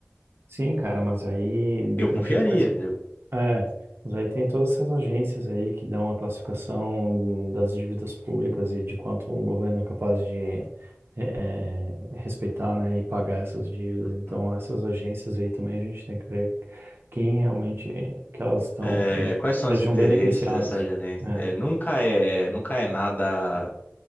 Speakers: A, on the right; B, on the left.
A: Sim, cara, mas aí depende
B: Eu confiaria.
A: de quais
B: entendeu?
A: É, mas aí tem todas essas agências aí que dão a classificação das dívidas públicas e de quanto um governo é capaz de eh, eh, respeitar, né, e pagar essas dívidas.
B: Uhum.
A: Então, essas agências aí também a gente tem que ver quem realmente que elas estão
B: É,
A: querendo
B: quais são
A: sejam
B: os interesses
A: Vai ter um- beneficiados.
B: dessa gerente?
A: É,
B: É, nunca é, nunca é nada